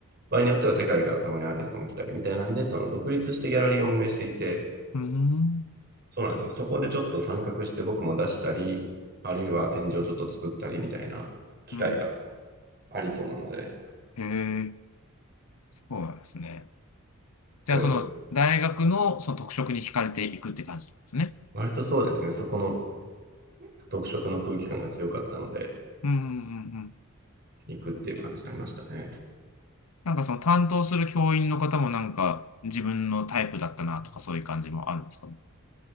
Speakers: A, on the right; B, on the left.
A: 場合によっては世界からたまにアーティストも来たりみたいなんで、その独立してギャラリーを運営していて、
B: ーん。
A: そうなんですよ。そこでちょっと参画して僕も出したり、あるいは展示をちょっと作ったりみたいな機会が
B: うん。
A: ありそうなので、
B: へえ、そうなんですね。
A: そうです。
B: じゃあ、その、大学のその特色に惹かれていくって感じなんですね。
A: 割とそうですね、そこの特色の空気感が強かったので、
B: うんうんうんうん。
A: 行くっていう感じになりましたね。
B: なんかその担当する教員の方もなんか自分のタイプだったなとかそういう感じもあるんですかね。